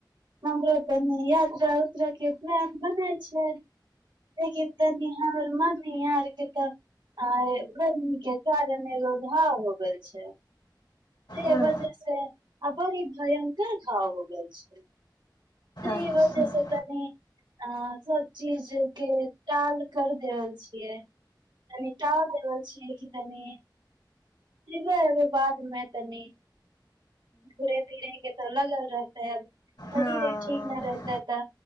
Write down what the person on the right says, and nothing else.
हमरा तनि यात्रा उत्रा के प्लान बनेै छै लेकिन तनि हमर मम्मी आरके तऽ आ इ गर्मी के कारण एगो घाव हो गेल छै से
वजह से आ बड़ी भयंकर घाव हो गेल छै सेहि
वजह से तनि अं सब चीज के टाल कर देेवल छियै तनि टाल देवल छियै कि तनि जैबै अभी बादमे तनी घुरे फिरे के त लागल रहतेै शरीरे
ठीक नै रहतै त